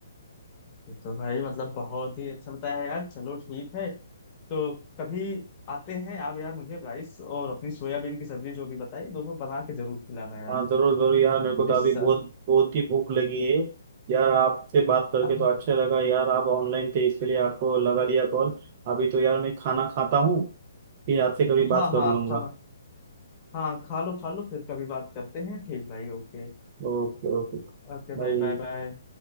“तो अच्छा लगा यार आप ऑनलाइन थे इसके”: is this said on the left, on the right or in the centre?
Right